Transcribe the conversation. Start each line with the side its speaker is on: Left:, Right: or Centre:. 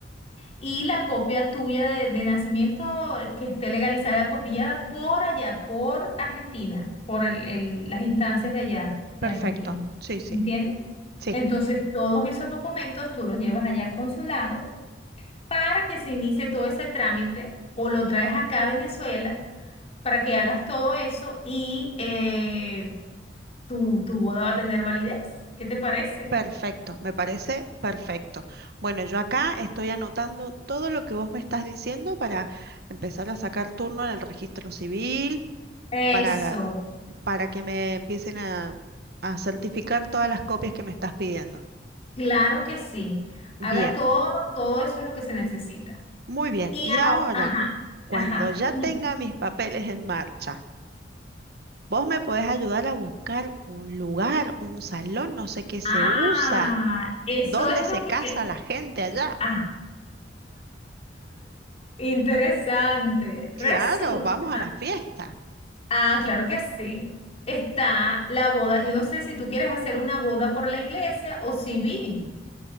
Left: y la copia tuya de, de nacimiento eh, que esté legalizada y apostillada por allá, por Argentina, por el- el- las instancias de allá,
Right: Perfecto.
Left: de Argentina.
Right: Sí, sí,
Left: ¿Entiendes?
Right: sí.
Left: Entonces, todos esos documentos tú los llevas allá al consulado para que se inicie todo ese trámite o lo traes acá a Venezuela para que hagas todo eso y eh, tu, tu boda va a tener validez. ¿Qué te parece?
Right: Perfecto, me parece perfecto. Bueno, yo acá estoy anotando todo lo que vos me estás diciendo para empezar a sacar turno en el registro civil,
Left: Eso,
Right: para, para que me empiecen a, a certificar todas las copias que me estás pidiendo.
Left: claro que sí. Haga
Right: Bien.
Left: todo, todo eso es lo que se necesita.
Right: Muy bien,
Left: Y
Right: y ahora,
Left: ahora, ajá,
Right: cuando
Left: ajá.
Right: ya
Left: Y,
Right: tenga mis papeles en marcha, vos me podés ayudar a buscar un lugar, un salón, no sé qué se
Left: ah,
Right: usa,
Left: eso
Right: dónde
Left: es
Right: se
Left: lo que,
Right: casa la gente allá.
Left: ah, interesante. Resulta,
Right: Claro, vamos a la fiesta.
Left: ah, claro que sí. Está la boda. Yo no sé si tú quieres hacer una boda por la iglesia o civil.